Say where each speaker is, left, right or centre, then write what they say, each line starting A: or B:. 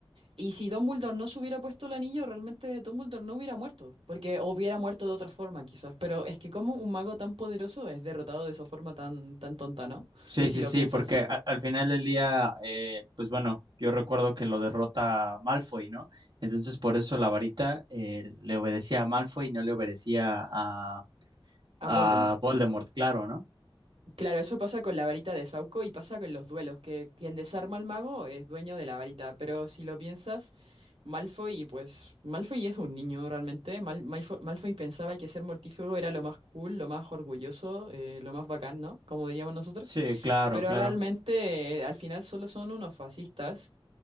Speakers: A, on the right; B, on the right.
A: Y si Dumbledore no se hubiera puesto el anillo, realmente Dumbledore no hubiera muerto, porque o hubiera muerto de otra forma quizás, pero es que como un mago tan poderoso es derrotado de esa forma tan, tan tonta, ¿no?
B: Sí,
A: Si
B: sí,
A: lo
B: sí,
A: piensas,
B: porque a- al final del día, eh, pues bueno, yo recuerdo que lo derrota Malfoy, ¿no? Entonces por eso la varita eh, le obedecía a Malfoy y no le obedecía a,
A: a
B: a
A: Voldemort.
B: Voldemort, claro, ¿no?
A: Claro, eso pasa con la varita de Sauco y pasa con los duelos, que quien desarma al mago es dueño de la varita, pero si lo piensas, Malfoy, pues Malfoy es un niño realmente, Mal- Malfo- Malfoy, pensaba que ser mortífago era lo más cool, lo más orgulloso, eh, lo más bacán, ¿no? Como diríamos nosotros.
B: Sí, claro,
A: Pero
B: claro.
A: realmente eh, al final solo son unos fascistas